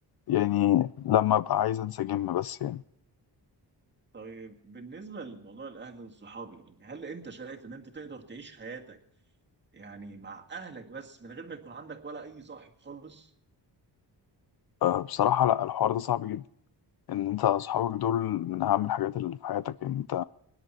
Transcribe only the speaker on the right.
طيب بالنسبه لموضوع الاهل والصحاب يعني هل انت شايف ان انت تقدر تعيش حياتك يعني مع اهلك بس من غير ما يكون عندك ولا اي صاحب خالص